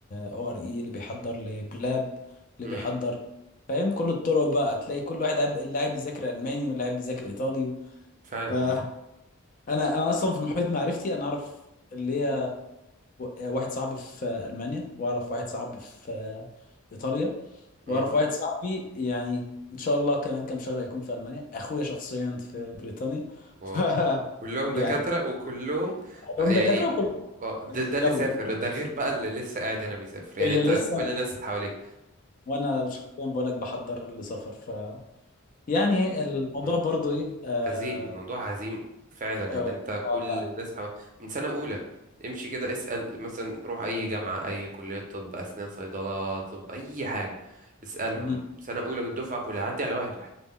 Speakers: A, on the left; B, on the right.
A: او ار اي اللي بيحضر لبلاب اللي
B: امم
A: بيحضر فاهم كل الطرق بقى تلاقي كل واحد قاعد اللي قاعد بيذاكر الماني واللي قاعد بيذاكر ايطالي
B: فعلا
A: فانا
B: اه
A: انا أنا اصلا في محيط معرفتي انا اعرف اللي هي واحد صاحبي في المانيا واعرف واحد صاحبي في ايطاليا واعرف
B: امم
A: واحد صاحبي يعني ان شاء الله كمان كام شهر هيكون في المانيا اخويا شخصيا في بريطانيا <laughs>
B: واو
A: ف
B: كلهم
A: يعني
B: دكاترة وكلهم آه،
A: هم
B: يعني
A: دكاتره وكل
B: آه، ده, ده اللي
A: يلا
B: سافر ده غير بقى اللي لسه قاعد هنا بيسافر يعني
A: كل
B: انت
A: لسه
B: كل الناس اللي حواليك
A: وانا شخصيا بقول لك بحضر لسفر ف يعني الموضوع
B: امم
A: برضو ايه آه
B: حزين الموضوع حزين فعلا ان
A: آه
B: انت
A: آه
B: كل
A: لا.
B: الناس حو... من سنة اولى امشي كده اسأل مثلا روح اي جامعة اي كلية طب اسنان صيدلة طب اي حاجة اسألهم
A: مم.
B: سنة اولى الدفعة كلها عدي على واحد واحد